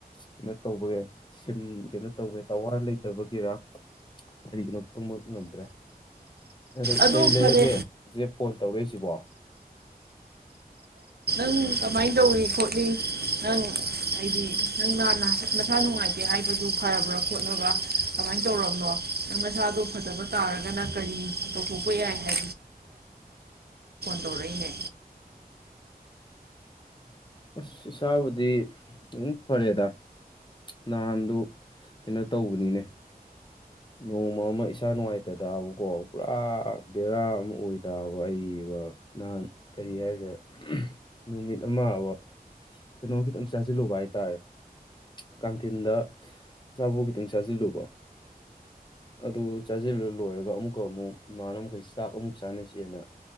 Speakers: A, on the left; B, on the right.
A: ꯀꯩꯅꯣ ꯇꯧꯕꯩ ꯁꯤꯝ ꯀꯩꯅꯣ ꯇꯧꯕꯩ ꯇꯋꯥꯔ ꯂꯩꯇꯕꯒꯤꯔꯥ ꯀꯔꯤꯒꯤꯅꯣ ꯈꯪꯕ ꯉꯝꯗ꯭ꯔꯦ꯫ ꯑꯗꯨ
B: ꯑꯗꯣ
A: ꯀꯩ ꯂꯩꯔꯒꯦ
B: ꯐꯔꯦ
A: <unintelligible> ꯐꯣꯟ ꯇꯧꯔꯛꯏ <unintelligible>
B: <unintelligible> ꯀꯃꯥꯏꯅ ꯇꯧꯔꯤ ꯈꯣꯠꯂꯤ ꯅꯪ ꯍꯥꯏꯗꯤ ꯅꯪ ꯅꯍꯥꯟ ꯅꯍꯥꯟ ꯅꯁꯥ ꯅꯨꯡꯉꯥꯏꯇꯦ ꯍꯥꯏꯕꯗꯨ ꯐꯔꯕ꯭ꯔꯥ ꯈꯣꯠꯂꯕ ꯀꯃꯥꯏ ꯇꯧꯔꯕꯅꯣ ꯅꯪ ꯃꯁꯥꯗꯣ ꯐꯠꯇꯕ ꯇꯥꯔꯒꯅ ꯀꯔꯤ ꯇꯧꯊꯣꯛꯄ ꯌꯥꯏ ꯍꯥꯏ ꯇꯧꯔꯛꯏꯅꯦ
A: ꯑꯁ ꯏꯁꯥꯕꯨꯗꯤ ꯑꯗꯨꯝ ꯐꯔꯦꯗ ꯅꯍꯥꯟꯗꯨ ꯀꯩꯅꯣ ꯇꯧꯕꯅꯤꯅꯦ ꯅꯣꯡꯃ ꯑꯃ ꯏꯁꯥ ꯅꯨꯡꯉꯥꯏꯇ ꯇꯥꯔꯕꯀꯣ ꯄꯨꯔꯥ ꯕꯦꯔꯥ ꯑꯃ ꯑꯣꯏ ꯅꯥꯕ ꯑꯩꯕ ꯅꯍꯥꯟ ꯀꯔꯤ ꯍꯥꯏꯈꯦ ꯅꯨꯃꯤꯠ ꯑꯃꯕ <unintelligible> ꯀꯩꯅꯣ ꯈꯤꯇꯪ ꯆꯥꯁꯤꯜꯂꯨꯕ ꯍꯥꯏ ꯇꯥꯔꯦ ꯀꯥꯟꯇꯤꯟꯗ ꯑꯆꯥꯄꯨꯣꯠ ꯈꯤꯇꯪ ꯆꯥꯁꯤꯜꯂꯨꯕ ꯑꯗꯨ ꯆꯥꯖꯤꯜꯂ ꯂꯣꯏꯔꯒ ꯑꯃꯨꯛꯀ ꯑꯃꯨꯛ ꯏꯃꯥꯟꯅ ꯃꯈꯩ ꯆꯥꯛ ꯑꯃꯨꯛ ꯆꯥꯟꯅꯁꯦꯅ